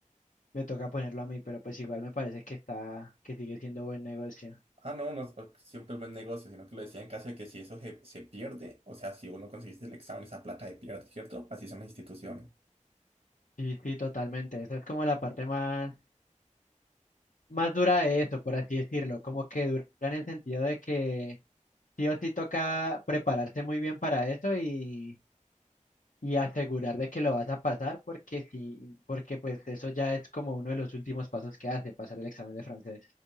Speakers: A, on the left; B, on the right.
A: Me toca ponerlo a mí, pero pues igual me parece que está, que sigue siendo buen negocio.
B: Ah, no, no, es- pues, siempre es buen negocio, sino que lo decía en caso de que si eso se, se pierde, o sea, si vos no conseguiste el examen, esa plata se pierde, ¿cierto? Así son las instituciones.
A: Sí, sí, totalmente. Esa es como la parte más, más dura de eso, por así decirlo. Como que dura en el sentido de que sí o sí toca prepararse muy bien para eso y, y asegurar de que lo vas a pasar, porque sí, porque pues eso ya es como uno de los últimos pasos que hace, pasar el examen de francés.